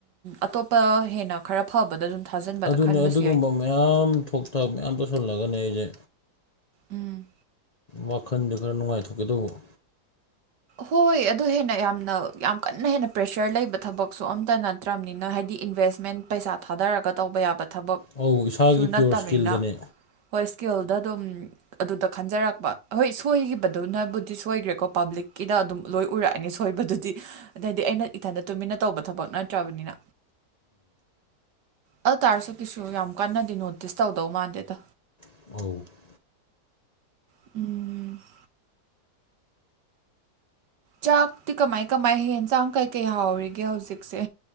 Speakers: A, on the right; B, on the left.
A: ꯑꯇꯣꯞꯄ ꯍꯦꯟꯅ ꯈꯔ ꯐꯕꯗ ꯑꯗꯨꯝ ꯊꯥꯖꯤꯟꯕꯗ
B: ꯑꯗꯨꯅꯦ
A: ꯈꯟꯕꯁꯨ
B: ꯑꯗꯨꯒꯨꯝꯕ
A: ꯌꯥꯏꯗꯦ
B: ꯃꯌꯥꯝ ꯊꯣꯛ ꯊꯥꯛ ꯃꯌꯥꯝ ꯇꯧꯁꯤꯜꯂꯒꯅꯦ ꯑꯩꯁꯦ
A: ꯎꯝ
B: ꯋꯥꯈꯟꯗ ꯈꯔ ꯅꯨꯡꯉꯥꯏꯊꯣꯛꯀꯦ ꯇꯧꯕ
A: ꯍꯣꯏ ꯑꯗꯨ ꯍꯦꯟꯅ ꯌꯥꯝꯅ ꯌꯥꯝ ꯀꯟꯅ ꯍꯦꯟꯅ ꯄ꯭ꯔꯦꯁꯔ ꯂꯩꯕ ꯊꯕꯛꯁꯨ ꯑꯝꯇꯅ ꯅꯠꯇ꯭ꯔꯕꯅꯤꯅ ꯍꯥꯏꯗꯤ ꯏꯟꯚꯦꯁꯃꯦꯟ ꯄꯩꯁꯥ ꯊꯥꯗꯔꯒ ꯇꯧꯕ ꯌꯥꯕ ꯊꯕꯛ
B: ꯑꯧ ꯏꯁꯥꯒꯤ
A: ꯁꯨ ꯅꯠꯇꯕꯅꯤꯅ
B: ꯄꯤꯌꯣꯔ ꯏꯁꯀꯤꯜꯗꯅꯦ
A: ꯍꯣꯏ ꯏꯁꯀꯦꯜꯗ ꯑꯗꯨꯝ ꯑꯗꯨꯗ ꯈꯟꯖꯔꯛꯄ ꯍꯣꯏ ꯁꯣꯏꯈꯤꯕꯗꯨꯅꯕꯨꯗꯤ ꯁꯣꯏꯈ꯭ꯔꯦꯀꯣ ꯄꯥꯕ꯭ꯂꯤꯛ ꯀꯤꯗ ꯑꯗꯨꯝ ꯂꯣꯏ ꯎꯔꯛꯑꯅꯤ ꯁꯣꯏꯕꯗꯨꯗꯤ ꯑꯗꯩꯗꯤ ꯑꯩꯅ ꯏꯊꯟꯗ ꯇꯨꯃꯤꯟꯅ ꯇꯧꯕ ꯊꯕꯛ ꯅꯠꯇ꯭ꯔꯕꯅꯤꯅ ꯑꯗꯨ ꯇꯥꯔꯁꯨ ꯀꯁꯨ ꯌꯥꯝ ꯀꯟꯅꯗꯤ ꯅꯣꯇꯤꯁ ꯇꯧꯗꯧ ꯃꯥꯟꯗꯦꯗ
B: <unintelligible>
A: <inaudible> ꯆꯥꯛꯇꯤ ꯀꯃꯥꯏ ꯀꯃꯥꯏ ꯍꯦꯟꯖꯥꯡ ꯀꯩ ꯀꯩ ꯍꯥꯎꯔꯤꯒꯦ ꯍꯧꯖꯤꯛꯁꯦ